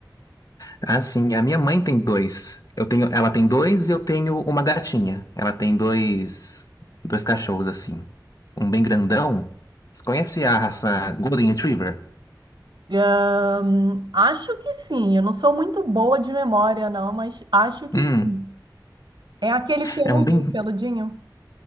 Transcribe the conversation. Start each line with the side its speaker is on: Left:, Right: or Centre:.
Left: Assim, a minha mãe tem dois. Eu tenho, ela tem dois e eu tenho uma gatinha. Ela tem dois, dois cachorros assim. Um bem grandão. Você conhece a raça Golden Retriever?
Right: Ahn, acho que sim, eu não sou muito boa de memória, não, mas acho que
Left: Hum.
Right: sim. É aquele peludo,
Left: É um bem
Right: peludinho?